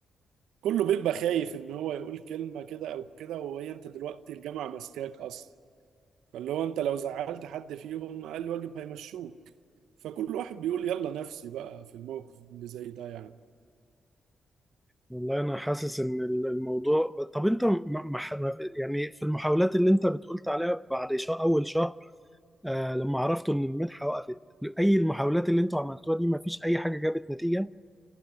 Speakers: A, on the right; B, in the centre.
A: كله بيبقى خايف ان هو يقول كلمة كده او كده وهي انت دلوقتي الجامعة ماسكاك اصلا فاللي هو انت لو زعلت حد فيهم اقل واجب هيمشوك فكل واحد بيقول يلا نفسي بقى في الموقف اللي زي ده يعني
B: والله انا حاسس ان ال- الموضوع ب- طب انت ما ما- ح- ما- يعني في المحاولات اللي انت بتقولت عليها بعد شهر اول شهر آه لما عرفتوا ان المنحة وقفت اي المحاولات اللي انتوا عملتوها دي ما فيش اي حاجة جابت نتيجة